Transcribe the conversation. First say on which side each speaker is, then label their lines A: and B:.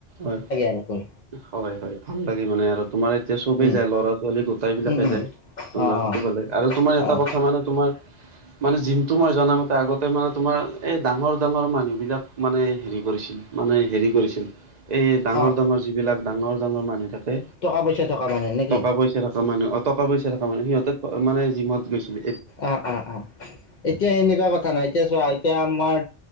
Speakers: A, on the right; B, on the left.
A: হয়,
B: আৰু গৈ
A: হয়, হয়, ভাল লাগে মানে আৰু তোমাৰ এতিয়া চবেই
B: উম
A: যায় ল'ৰা ছোৱালী গোটাই বিলাকে
B: উম উম
A: যায় তোমাৰ
B: অঁ অঁ
A: সেইটোফালে আৰু তোমাৰ
B: হয়
A: এটা কথা মানে তোমাৰ মানে জিমটো মই জনামতে আগতে মানে তোমাৰ, এই ডাঙৰ ডাঙৰ মানুহ বিলাক মানে হেৰি কৰিছিল, মানে হেৰি কৰিছিল। এই ডাঙৰ
B: অঁ
A: ডাঙৰ যিবিলাক ডাঙৰ ডাঙৰ মানুহ থাকে
B: টকা পইচা থকা মানে নেকি
A: টকা পইচা থকা মানুহ অ টকা পইচা থকা মানুহ সিহঁতে মানে জিমত গৈছিলে
B: অ অ অ এতিয়া সনেকুৱা কথা নাই এতিয়া চোৱা এতিয়া আমাৰ